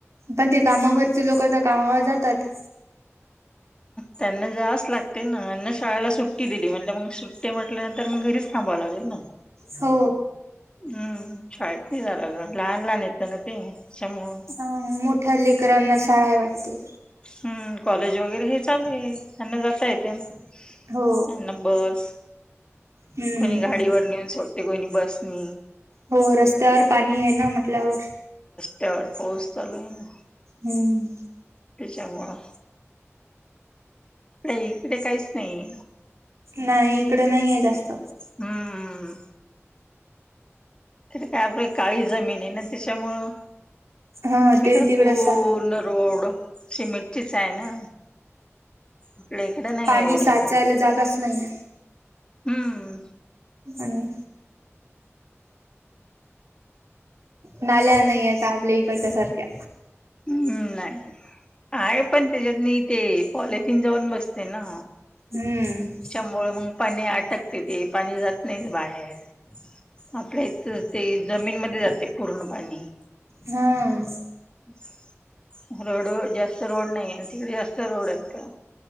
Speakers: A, on the right (about 70°); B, on the left (about 20°).
A: पण ते कामावरती लोक तर कामावर जातात.
B: त्यांना जास्स लागते नाना शाळेला सुट्टी दिली म्हणे मग सुट्टी म्हटल्यानंतर मग घरीच ख ला लाेल ना.
A: हो
B: हम्म शाळेत नाही झालं ग लहान लहान येतं ना ते. त्याच्यामुळं.
A: अ मोठ्या लेकरांना शाळा वाटते.
B: हम्म कॉलेज वगैरे हे चालू आहे त्यांना ज येत नाना
A: हो
B: बस
A: हम्म
B: कोणी गाडीवर नेऊन सड. कोय नि बस नि.
A: हो रस्त्यावर पाणी आहे ना म्हटल्यावर.
B: त्यावर पोसताल ना.
A: हम्म.
B: पिच्या मळा. इकडे काहीच नाही
A: नाही इकडे नाहीय जास्त.
B: हम्मम. तथ काय आपल्या काळी जमीन आहे ना त्याच्यामुळं.
A: हा
B: इकडे
A: ते तिकड
B: पूर्ण
A: सा
B: रोड. शिमेटचीच आहे ना. आपल्या इकडे नाही
A: पाणी
B: एवढे
A: साचायला जागाच नाही
B: हम्म.
A: आणि नाल्या नाहीयेत आपल्या इकडच्या सारख्या
B: हम्म नाही. आहे पण त्याच्यात म ते पॉलिथिन जाऊन बसते ना.
A: हम्म
B: शभो मग पाणी आटकते ते पाणी जात नाहीच बाहेर. आपल्या इथ ते जमीनमध्ये जाते पूर्ण पाणी.
A: हम्म.
B: अच् रोड जास्त रोड नाही आहे तिकडे जास्त रोड आहे का?